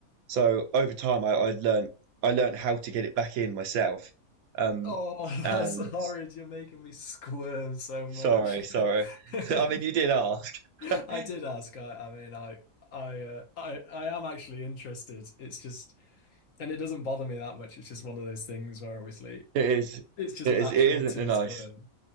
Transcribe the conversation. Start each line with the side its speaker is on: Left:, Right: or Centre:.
Right: so over time, I, I learned I learned how to get it back in myself. Um,
Left: Oh,
Right: and
Left: <laughs> that's horrid. You're making me squirm so much.
Right: sorry, sorry. <laughs>
Left: <laughs>
Right: So, I mean, you did ask.
Left: <laughs> I
Right: It
Left: did ask. I, I mean, I, I, uh, I, I am actually interested. It's just, and it doesn't bother me that much. It's just one of those things where obviously
Right: is,
Left: it's just
Right: it
Left: natural
Right: is, it isn't
Left: to
Right: a nice.
Left: squirm.